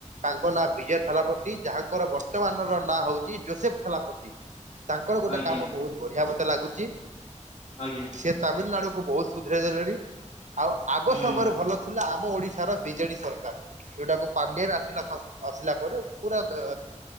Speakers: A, on the right; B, on the left.
A: ତାଙ୍କ ନାଁ ବିଜୟ ଥାଲାପତି ଯାହାଙ୍କର ବର୍ତ୍ତମାନର ନାଁ ହଉଛି ଜୋସେଫ ଥାଲାପତି ତାଙ୍କର ଗୋଟେ
B: ଆଜ୍ଞା
A: କାମ ବହୁତ ବଢିଆ ମତେ ଲାଗୁଛି
B: ଆଜ୍ଞା
A: ସେ ତାମିଲନାଡୁ କୁ ବହୁତ ସୁଧରାଇ ଦେଲେଣି ଆଉ ଆଗ
B: ହୁଁ।
A: ସମୟରେ ଭଲ ଥିଲା ଆମ ଓଡିଶାର ବିଜେଡି ସରକାର ଏଉଟାକୁ ପାଡିର ଆସିଲା ଆସିଲା ପରେ ପୁରା ଅ